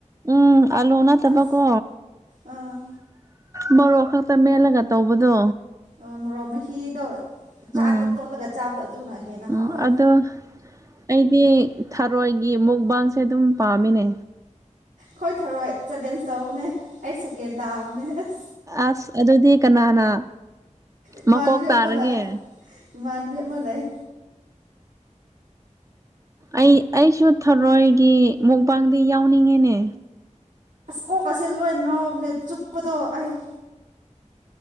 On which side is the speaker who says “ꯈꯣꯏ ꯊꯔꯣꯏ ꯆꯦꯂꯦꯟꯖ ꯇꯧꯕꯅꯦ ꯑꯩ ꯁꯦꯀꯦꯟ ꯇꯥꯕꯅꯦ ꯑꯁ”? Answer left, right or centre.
Right